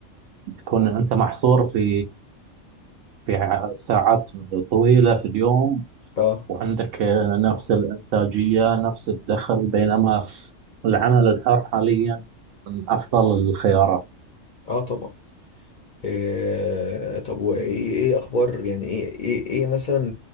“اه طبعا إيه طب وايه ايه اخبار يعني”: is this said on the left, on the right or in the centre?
Left